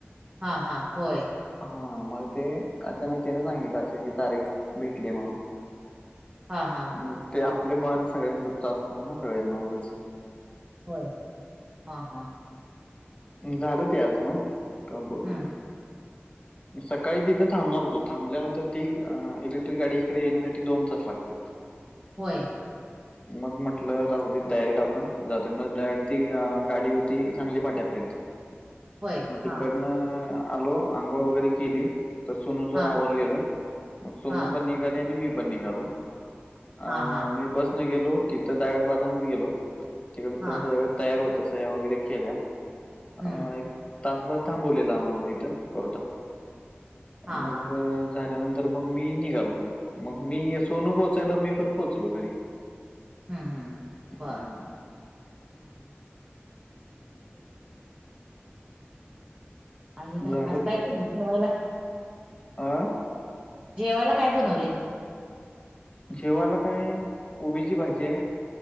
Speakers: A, on the right (about 30°); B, on the left (about 25°).
A: हा हा होय
B: हा मग ते अचानक त्याने सांगितला अशी तारीख भेटली म्हणून
A: हा हा
B: मग ते
A: बर
B: आपल्यामुळं आणि सगळ्यांचा त्रास नको ना सगळ्यांना उगच
A: होय हां हां
B: झालं ते आज मग कामपूर्ण
A: हम्म
B: सकाळी तिथं थांबणार होतो थांबल्यानंतर ती इलेक्ट्रिक गाडी इकडे येण्यासाठी दोन तास लागत्यात <inaudible>
A: होय
B: <inaudible> मग म्हटलं राहुदेत डायरेक्ट आपण जातो मग डायरेक्ट ती गाडी होती सांगली फाट्यापर्यंत
A: होय
B: मग तिकडनं
A: हा
B: आलो आंघोळ वगैरे केली तर सोनूच
A: हा
B: आवरलेलं मग सोनू
A: हा
B: पण निघाली आणि मी पण निघालो
A: हा
B: अ
A: हा
B: मी बसनं गेलो तिथं डायरेक्ट बदामित गेलो तिकडचं
A: हा
B: सगळं तयार होतं सह्या वगैरे केल्या
A: हम्म
B: अ एक तासभर थांबवलेलं आम्हाला तिथं कोर्टात
A: हा
B: मग
A: हा
B: झाल्यानंतर मग मी निघालो मग मी सोनू पोहोचायला मी पण पोहोचलो घरी
A: हम्म हम् बर.
B: हम्म.
A: <inaudible> <inaudible> आणि काय
B: झालं
A: आज काय के ठेवायला.
B: अ.
A: जेवायला काय बनवले?
B: जेवाला काय कोबीची भाजी आहे